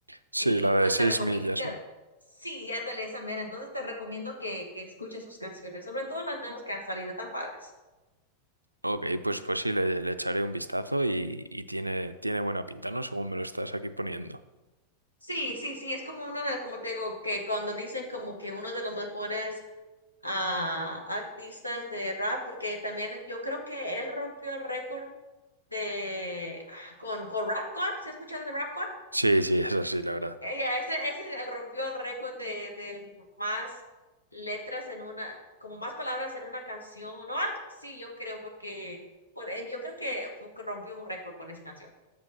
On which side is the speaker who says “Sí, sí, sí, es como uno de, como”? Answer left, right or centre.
Left